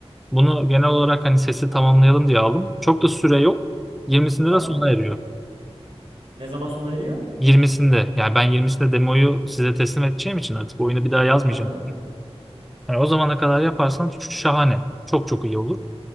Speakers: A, in the centre; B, on the right (about 55°).
A: Bunu genel olarak hani sesi tamamlayalım diye aldım. Çok da süre yok. Yirmisinde
B: Tamamdır.
A: de sona eriyor.
B: Ne zaman sona eriyor?
A: Yirmisinde, yani ben yirmisinde demoyu size teslim edeceğim için artık oyunu bir daha yazmayacağım.
B: Anladım.
A: Yani o zamana kadar yaparsan ş- şahane. Çok çok iyi olur.